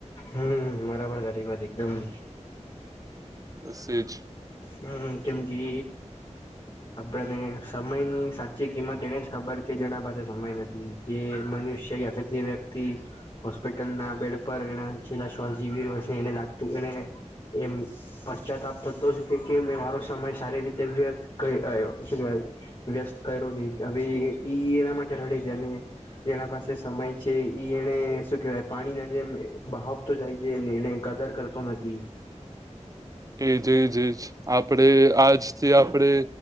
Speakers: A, on the left (about 40°); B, on the right (about 30°).
A: હમ બરાબર તારી વાત એકદમ.
B: બસ એજ.
A: હમ કેમ કે આપડને સમયની સાચી એમાં તેને જ ખબર છે જેના પાસે સમય નથી જે મનુષ્ય યા જે વ્યક્તિ હોસ્પિટલના બેડ પર એ છેલ્લા શ્વાસ જીવી રહ્યો છે એને લાગતું એને એમ પશ્ચાતાપ થતો છે. કે કે મેં મારો સમય સારી રીતે વ્યર્થ કરીયો શુ વ્યસ્ત કર્યો નહીં હવે ઈ એના માટે રડે છે અને એના પાસે સમય છે એને શું કેહેવાય પાણીના જે બાવ તો જાય છેે એને કદર કરતો નથી.
B: એજ એજ એજ આપડે આજથી આપડે